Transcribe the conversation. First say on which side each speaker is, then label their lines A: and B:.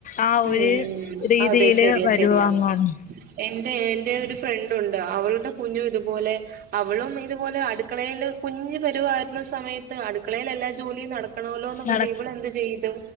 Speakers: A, on the left; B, on the right.
A: ആ
B: ഉം
A: ഒരു രീതിയില്
B: അതെ ശരിയാ
A: വരുവാങ്
B: ശരിയാ
A: -
B: എന്റെ എന്റെ ഒരു ഫ്രണ്ട് ഒണ്ട് അവളുടെ കുഞ്ഞു ഇതുപോലെ അവളും ഇതുപോലെ അടുക്കളയിൽ കുഞ്ഞ് പരുവായിരുന്ന സമയത്ത് അടുക്കളിൽ എല്ലാ ജോലിയും നട- ആണല്ലോന്നും
A: നട
B: കണ്ട് ഇവള് എന്ത് ചെയ്തു